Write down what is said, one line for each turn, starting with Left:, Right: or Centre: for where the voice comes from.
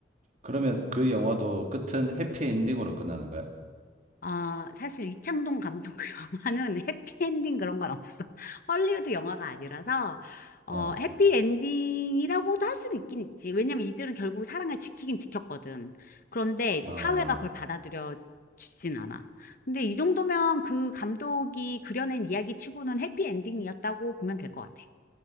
Right: 그러면 그 영화도 끝은 해피엔딩으로 끝나는 거야?
Left: 어 사실 이창동 감독 <laughs> 영화는 해피엔딩 그런 건 없어. 헐리우드 영화가 아니라서, 어,
Right: 아,
Left: 해피엔딩이라고도 할 수는 있긴 있지. 왜냐면 이들은 결국 사랑을 지키긴 지켰거든. 그런데 이제
Right: 아,
Left: 사회가 그걸 받아들여 주진 않아. 근데 이 정도면 그 감독이 그려낸 이야기 치고는 해피엔딩이었다고 보면 될 것 같아.